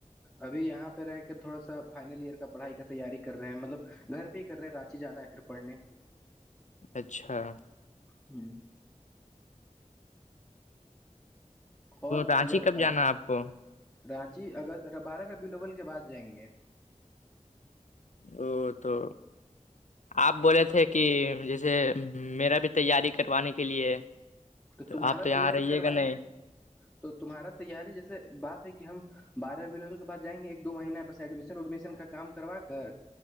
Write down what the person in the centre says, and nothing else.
ابھی یہاں پہ رہ کے تھوڑا سا فائنل ایئر کا پڑھائی کا تیاری کر رہے ہیں مطلب گھر پہ ہی کر رہے ہیں رانچی جانا ہے پھر پڑھنے
ہوں اور بھتیجا
بتاؤ
رانچی اگر بارہ ربیلوبل کے بعد جائیں گے
تو تمہارا
تیاری
کروائیں
گے تو تمہارا تیاری جیسے بات ہے کہ ہم بارہ بلل کے بعد جائیں گے ایک دو مہینہ بس ایڈمیشن اڈمشن کا کام کروا کر